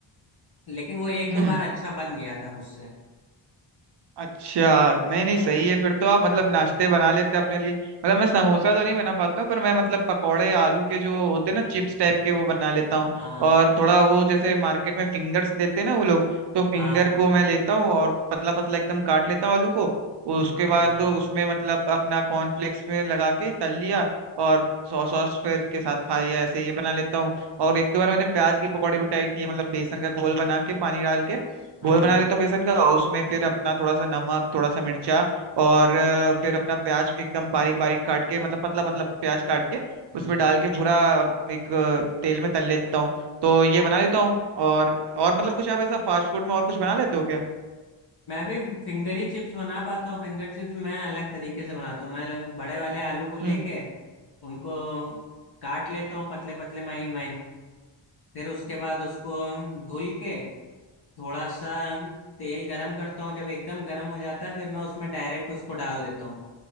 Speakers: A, on the left; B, on the right.
A: लेकिन वो एक
B: हम्म
A: दो
B: हम्म।
A: बार अच्छा बन गया था मुझसे
B: अच्छा नहीं नहीं
A: हाँ
B: सही है फिर तो आप मतलब नाश्ते बना लेते हैं अपने लिए मतलब मैं समोसा तो नहीं बना पाता हूँ पर मैं मतलब पकौड़े आलू के जो होते हैं ना चिप्स टाइप के वो बना लेता हूँ
A: हाँ
B: और थोड़ा वो जैसे मार्केट में फिंगर्स देते हैं ना वो लोग तो फिंगर
A: हाँ
B: को मैं लेता हूँ और पतला पतला एकदम काट लेता हूँ आलू को उसके बाद
A: हाँ
B: उसमें मतलब अपना कॉर्नफ्लेक्स में लगा के तल लिया और सॉस सॉस फिर के साथ खा लिया ऐसे ये बना लेता हूँ और एक दो बार मैंने प्याज की पकौड़ी भी ट्राई की है मतलब बेसन का घोल बना के पानी डाल के
A: हाँ
B: घोल बना लेता हूँ बेसन का और उसमें फिर अपना थोड़ा सा नमक थोड़ा सा मिर्चा और अ, फिर अपना प्याज एकदम बारीक बारीक काट के मतलब पतला पतला प्याज काट के
A: हम्म
B: उसमें डाल के पूरा अ, एक अ, तेल में तल लेता हूँ तो ये बना लेता हूँ और और मतलब कुछ आप ऐसा फास्ट फूड में और कुछ बना लेते हो क्या
A: मैं भी फिंगर ही चिप्स बना पाता हूँ फिंगर चिप्स मैं अलग तरीके से बनाता हूँ मैं ल- बड़े वाले आलू को लेके
B: हम्म
A: उनको काट लेता हूँ पतले पतले महीन महीन फिर उसके बाद उसको धुल के थोड़ा सा तेल गरम करता हूँ जब एकदम गरम हो जाता है फिर मैं उसमें डायरेक्ट उसको डाल देता हूँ